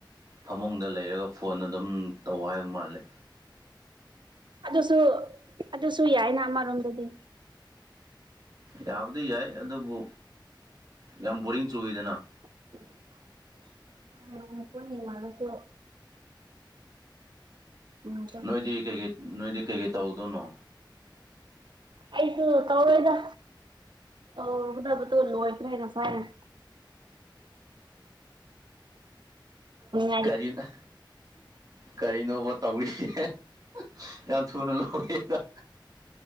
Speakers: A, on the right (about 50°); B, on the right (about 70°).
A: ꯐꯃꯨꯡꯗ ꯂꯩꯔꯒ ꯐꯣꯟ ꯑꯗꯨꯝ ꯇꯧ ꯍꯥꯏꯕ ꯃꯥꯜꯂꯦ
B: ꯑꯗꯨꯁꯨ ꯑꯗꯨꯁꯨ ꯌꯥꯏꯅ ꯑꯃꯔꯣꯝꯗꯗꯤ
A: ꯌꯥꯕꯨꯗꯤ ꯌꯥꯏ ꯑꯗꯨꯕꯨ ꯌꯥꯝ ꯕꯣꯔꯤꯡ ꯆꯨꯏꯗꯅ
B: <unintelligible> ꯎꯝ
A: ꯅꯣꯏꯗꯤ ꯀꯩꯀꯩ ꯅꯣꯏꯗꯤ ꯀꯩꯀꯩ ꯇꯧꯗꯣꯅꯣ
B: ꯑꯩꯁꯨ ꯇꯧꫪꯣꯏꯗ ꯇꯩꯒꯗꯕꯗꯨ ꯂꯣꯏꯕꯅ ꯍꯦꯟꯅ ꯐꯩ <unintelligible>
A: ꯀꯔꯤꯟ ꯑ ꯀꯔꯤꯅꯣꯕ ꯇꯧꯔꯤꯁꯦ ꯍꯦ ꯍ ꯌꯥꯝ ꯊꯨꯅ ꯂꯧꯏꯗ